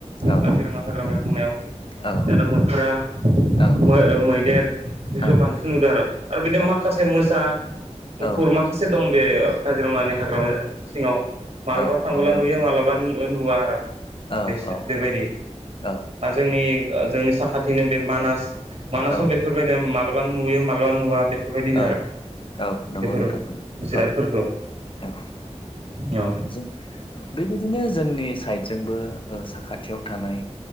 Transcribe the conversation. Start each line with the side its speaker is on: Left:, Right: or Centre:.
Left: औ
Right: काजिरङा हाग्रामायाव थांनायाव
Left: औ
Right: दाना मोख्रा
Left: औ
Right: मो ओ मैदेरसो
Left: औ
Right: बांसिन नुदों आरो बिदिनो
Left: औ
Right: माखासे मोसा मुफुर
Left: औ
Right: माखासे दं बे काजिरङानि हाग्रामा सिङाव मालाबा
Left: औ
Right: थांबोला
Left: नंगौ
Right: नुयो
Left: नोंथां
Right: मालाबा नुवा आरो
Left: औ
Right: बेसो
Left: औ
Right: बेबायदि।
Left: औ
Right: दा जोंनि जोंनि साखाथिनो बे मानास मानासाव
Left: औ
Right: बेफोरबायदि मालाबा नुयो मालाबा नुवा बे फोरबायदिनो
Left: औ
Right: आरो
Left: औ नंगौ
Right: बेफोरो
Left: नोंथां नंगौ
Right: जिरादफोरखौ।
Left: औ औ
Right: औ
Left: जों बेबायदिनो जोंनि साइडजोंबो ओ साखाथियाव थानाय